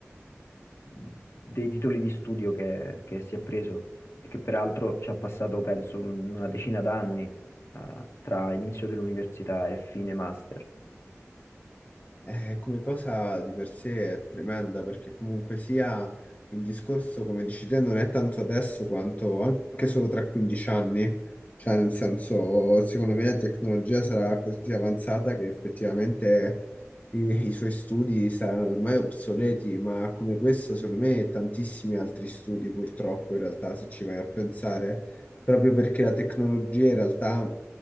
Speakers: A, on the left (about 60°); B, on the left (about 30°).
A: dei titoli di studio che, che si è preso e che peraltro ci ha passato, penso, un- una decina d'anni ah, tra inizio dell'università e fine master.
B: Eh, come cosa di per sé è tremenda perché comunque sia il discorso, come dici te, non è tanto adesso quanto anche solo tra 15 anni. Cioè, nel senso, secondo me la tecnologia sarà così avanzata che effettivamente i, i suoi studi saranno ormai obsoleti, ma come questo, secondo me, tantissimi altri studi, purtroppo, in realtà, se ci vai a pensare, proprio perché la tecnologia in realtà